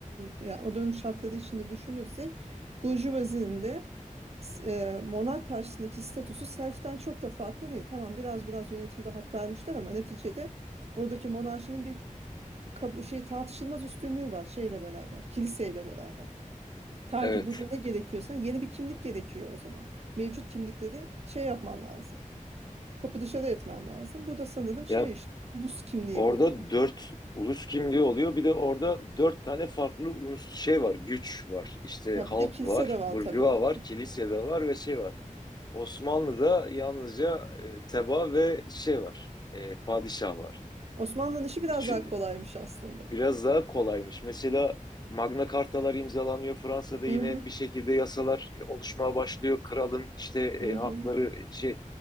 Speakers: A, on the right; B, on the left.
A: yani o dönemin şartları içinde düşünürsek burjuvazinin de s- e, monark karşısındaki statüsü self'ten çok da farklı değil. Tamam biraz biraz yönetimde hak vermişler ama neticede oradaki monarşinin bir kabu- şey tartışılmaz üstünlüğü var şeyle beraber, kiliseyle beraber. Ta
B: Evet.
A: ki burada ne gerekiyorsa yeni bir kimlik gerekiyor o zaman. Mevcut kimlikleri şey yapman lazım. Kapı dışarı etmen lazım. Bu da sanırım şey
B: Ya
A: işte ulus kimliği
B: orada
A: oluyor.
B: dört ulus kimliği oluyor. Bir de orada dört tane farklı ulus şey var, güç var. İşte
A: Ha
B: halk
A: bir de kilise
B: var,
A: de var
B: burjuva
A: tabii orada.
B: var, kilise de var ve şey var. Osmanlı'da yalnızca e, teba ve şey var. e, padişah var.
A: Osmanlı'nın işi biraz
B: Üçü
A: daha kolaymış aslında.
B: biraz daha kolaymış. Mesela Magna Cartalar imzalanıyor. Fransa'da
A: Hı
B: yine
A: hı
B: bir şekilde yasalar e, oluşmaya başlıyor. Kralın işte e,
A: hı
B: hakları
A: hı.
B: şey